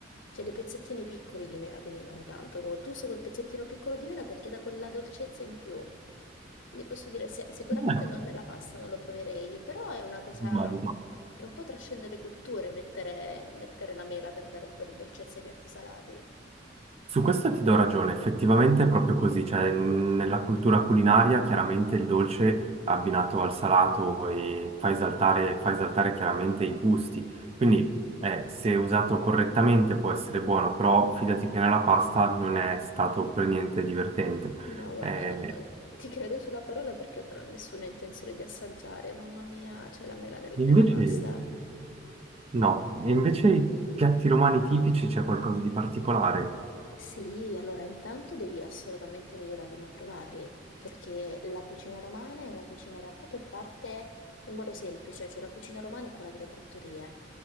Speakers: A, on the left; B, on the right.
A: cioè dei pezzettini piccoli di mela, quindi non tanto, giusto quel pezzettino piccolo di mela perché dà quella dolcezza in più. Ne posso dire, se- sicuramente
B: Eh,
A: non nella pasta, non lo proverei, però è una cosa
B: No, no.
A: che un po' trascende le culture, mettere, mettere la mela per dare un po' di dolcezza ai piatti salati.
B: Su questo ti do ragione, effettivamente è proprio così, cioè n- nella cultura culinaria chiaramente il dolce abbinato al salato e fa esaltare, fa esaltare chiaramente i gusti, quindi eh, se usato correttamente può essere buono, però fidati che nella pasta non è stato per niente divertente.
A: No, guarda,
B: Eh,
A: non, ti credo sulla parola perché non ho nessuna intenzione di assaggiare, mamma mia, c'è la mela nel- nella
B: invece
A: pasta.
B: no, E invece i piatti romani tipici c'è qualcosa di particolare?
A: Sì, allora intanto devi assolutamente venire a Roma a provarli, perché la cucina romana è una cucina in realtà che parte in modo semplice, cioè la cucina romana è quella delle trattorie,